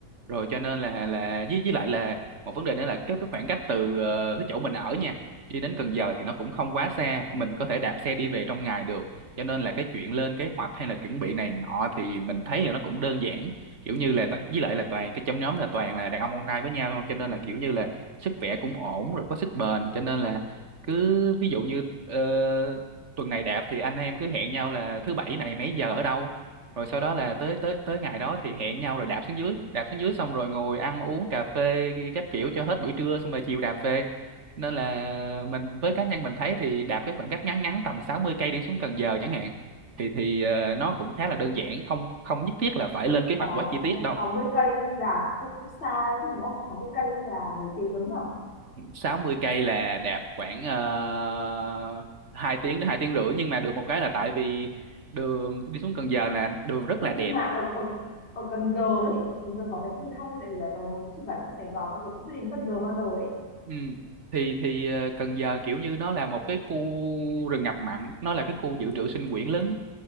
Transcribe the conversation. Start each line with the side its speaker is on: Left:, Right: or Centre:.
Right: rồi cho nên là là với với lại là một vấn đề nữa là cái cái khoảng cách từ ờ, cái chỗ mình ở nha đi đến Cần Giờ thì nó cũng không quá xa mình có thể đạp xe đi về trong ngày được cho nên là cái chuyện lên kế hoạch hay là chuẩn bị này nọ thì mình thấy là nó cũng đơn giản kiểu như là tại- với lại là toàn cái trong nhóm là toàn là đàn ông con trai với nhau cho nên là kiểu như là sức khỏe cũng ổn rồi có sức bền cho nên là cứ ví dụ như ờ, tuần này đạp thì anh em cứ hẹn nhau là thứ bảy này mấy giờ ở đâu rồi sau đó là tới tới tới ngày đó thì hẹn nhau rồi đạp xuống dưới đạp xuống dưới xong rồi ngồi ăn uống cà phê các kiểu cho hết buổi trưa xong rồi chiều đạp về nên là mình với cá nhân mình thấy thì đạp cái khoảng cách ngắn ngắn tầm 60 cây đi xuống Cần Giờ chẳng hạn thì thì ờ, nó cũng khá là đơn giản không không nhất thiết là phải lên kế hoạch
Left: có
Right: quá chi tiết đâu
Left: 60 cây là cũng xa chứ đúng không? sáu mươi cây là mấy tiếng à?
Right: 60 cây là đạp khoảng uh, 2 tiếng đến hai tiếng rưỡi nhưng mà được một cái là tại vì đường đi xuống Cần Giờ là đường rất là
Left: Ê,
Right: đẹp
Left: nhưng mà ở ở ở Cần Giờ ấy ở Cần Giờ có cái gì hay không? tại vì là tớ mới chỉ vào trong Sài Gòn thôi tớ cũng chưa đến Cần Giờ bao giờ ấy
Right: Ừ. Thì thì ờ, Cần Giờ kiểu như nó là một cái khu rừng ngập mặn, nó là cái khu dự trữ sinh quyển lớn